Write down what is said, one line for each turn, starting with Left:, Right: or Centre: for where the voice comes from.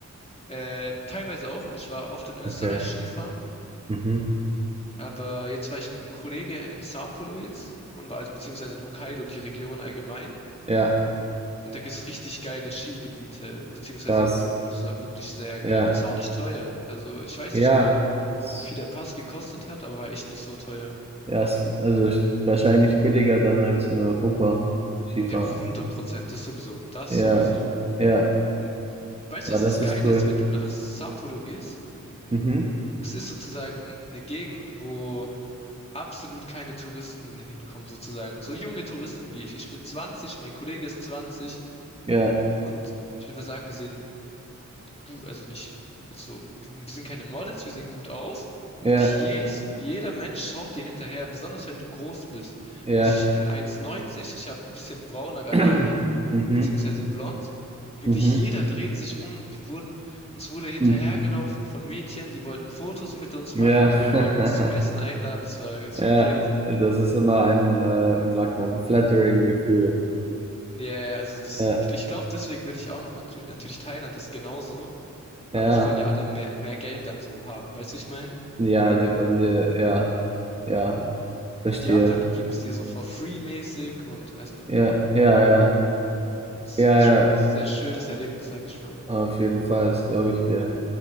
Left: Äh, teilweise auch. Ich war oft in Österreich
Right: Okay.
Left: Skifahren,
Right: Mhm.
Left: aber jetzt war ich mit einem Kollege in Sapporo jetzt und war also beziehungsweise in Hokkaido, die Region allgemein.
Right: Ja,
Left: Und da gibt's richtig geile Skigebiete beziehungsweise
Right: krass.
Left: Routen. Das war wirklich sehr
Right: Ja,
Left: geil. Und ist auch nicht teuer. Also ich weiß
Right: ja.
Left: nicht mehr,
Right: Das,
Left: wie viel der Pass gekostet hat, aber war echt nicht so teuer.
Right: ja, es- also ist wahrscheinlich billiger dann als in Europa Skifahren.
Left: Ja, hundert Prozent. Das sowieso. Das
Right: Ja,
Left: sowieso.
Right: ja,
Left: Und Weißt
Right: ja,
Left: du, was
Right: das
Left: das Geile
Right: ist cool.
Left: ist, wenn du nach Sapporo gehst?
Right: Mhm.
Left: Es ist sozusagen eine Gegend, wo absolut keine Touristen hinkommen, sozusagen. So junge Touristen wie ich. Ich bin 20, mein Kollege ist 20
Right: Ja,
Left: und ich würde mal sagen, wir sehen gut, also nicht jetzt so, wir sind keine Models, wir sehen gut aus.
Right: ja,
Left: Und wirklich jedes, jeder Mensch schaut dir hinterher, besonders wenn du groß bist.
Right: ja.
Left: Also ich bin 1,90, ich habe ein bisschen braunere
Right: <clears throat>
Left: Haare,
Right: Mhm.
Left: beziehungsweise blond. Wirklich
Right: Mhm.
Left: jeder dreht sich um. Wir wurden, uns wurde hinterhergelaufen
Right: Mhm.
Left: von Mädchen, die wollten Fotos mit uns
Right: Ja.
Left: machen, die
Right: <laughs>
Left: wollten uns zum Essen einladen. Das war, das
Right: Ja,
Left: war crazy.
Right: das ist immer ein, äh, wie sagt man, flattering Gefühl.
Left: Ja, yeah, also das,
Right: Ja.
Left: ich glaube, deswegen würde ich auch noch, natürlich Thailand ist genauso, aber
Right: Ja,
Left: die wollen ja alle mehr, mehr Geld dann so haben. Weißt du, ich meine?
Right: ja, die wollen dir, ja, ja, verstehe.
Left: Und Japan, die geben es dir so for free mäßig und also
Right: Ja, ja, ja,
Left: äh, es
Right: ja,
Left: ist
Right: ja,
Left: schon ein sehr schönes Erlebnis, sag ich mal.
Right: auf jeden Fall, das glaube ich dir.